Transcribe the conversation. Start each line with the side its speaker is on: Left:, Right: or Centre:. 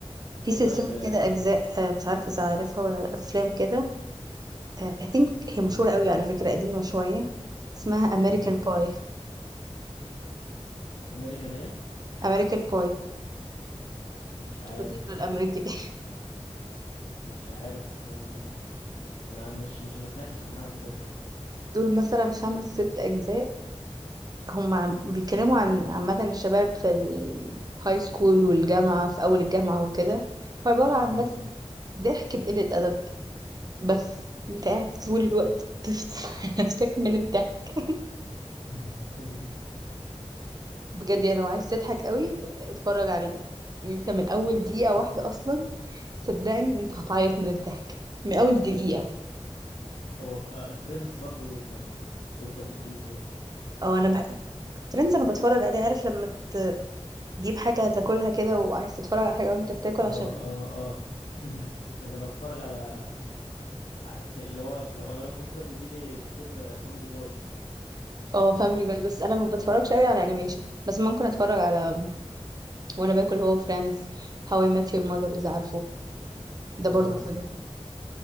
Right: في
Left: ايه
Right: سلسلة
Left: طيب يعني
Right: كده أجزاء آه، مش عارفة إذا عارفها ولا لأ، أفلام كده آه، I think
Left: اه
Right: هي مشهورة قوي على فكرة قديمة شوية اسمها أمريكان
Left: امم
Right: باي
Left: امريكان ايه
Right: أمريكان باي
Left: مش عارف
Right: الفطيرة الأمريكي <laughs>
Left: مش عارف آه، ما مش مش ما سمعتش عنها قبل كده صراحة
Right: دول مثلا خمس ست أجزاء هم عم- بيتكلموا عن عامة الشباب في الهاي سكول والجامعة في أول الجامعة وكده هو عبارة عن
Left: مم.
Right: بس ضحك بقلة أدب بس انت قاعد طول الوقت بتفصل <laughs> نفسك من الضحك
Left: <laughs>
Right: بجد يعني لو عايز تضحك قوي اتفرج عليه يعني انت من أول دقيقة واحدة أصلا صدقني انت هتعيط من الضحك من أول دقيقة
Left: هو فريندز برضو كان مسلسل لذيذ برضو
Right: اه انا بح... فريندز انا بتفرج عليه عارف لما تجيب حاجه تاكلها كده وعايز تتفرج على حاجه وانت بتاكل عشان
Left: اه اه اه <laughs> انا بتفرج على على- في اللي هو في... وانا باكل كده بيجيلي كتير فاميلي جوي عارفه
Right: اه فاميلي جاي بس انا ما بتفرجش قوي على انيميشن بس ممكن اتفرج على وانا باكل هو فريندز هاو اي مات يور ماذر اذا عارفه ده
Left: اه
Right: برضه حلو